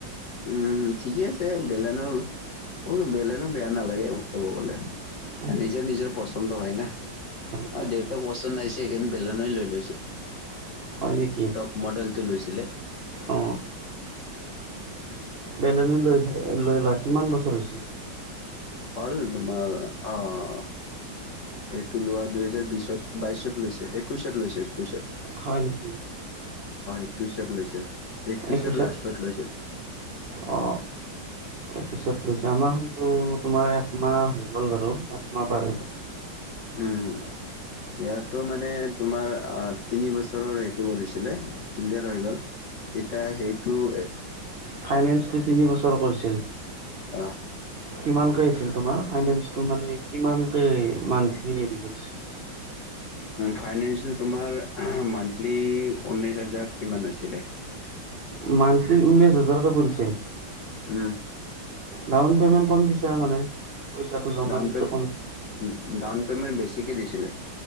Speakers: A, on the left (about 75°); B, on the right (about 80°).
A: উম ঠিকে আছে বেলেনো বেলেনো বেয়া নালাগে আৰু ক'ব গলে
B: হয়
A: নিজৰ নিজৰ পচন্দ হয় না।
B: হয়
A: অ দেউতাক
B: হয়
A: ৱাস্তন্দ নাইছে সেইকাৰণে বেলন লৈ লৈছে
B: হয় নেকি
A: টপ মডেলটো লৈছিলে
B: অ বেলেনে লৈ লৈ লোৱা কিমান বছৰ হৈছে
A: হ'ল তোমাৰ অহ। এইটো লোৱা দুহেজাৰ বিশত বাইশত লৈছে একৈশত লৈছে <unintelligible> অ',
B: হয় নেকি
A: একৈছত লৈছে, একৈছৰ
B: একৈছত
A: লাষ্টত লৈছে।
B: অ। তাৰপিছত লৈছে। আমাৰখনতো তোমাৰ একমাহ হৈ গ'ল বাৰু, একমাহ পাৰ হৈ গ'ল।
A: উম। ইয়াৰটো মানে তোমাৰ, অ' তিনি বছৰৰ এইটো কৰিছিলে। ক্লিয়াৰ হৈ গ'ল, এতিয়া সেইটো এ
B: ফাইনেন্স কি তিনি বছৰ কৰিছিল।
A: অ
B: কিমানকে আহিছিল তোমাৰ ফাইনেঞটো মানে কিমান কে মানথলি হেৰি কৰিছি।
A: ফাইনেন্সটো তোমাৰ মান্থলি ঊনৈছ হাজাৰ কিমান আছিলে।
B: মান্থলি ঊনৈশ হাজাৰকে পৰিছে।
A: উম।
B: ডাউন পেমেণ্ট কম দিছা মানে। পইচাটো জমা
A: ডাউন
B: দিওঁতে
A: পে'
B: কম
A: ডাউন পে'মেণ্ট বেছিকে দিছিলে।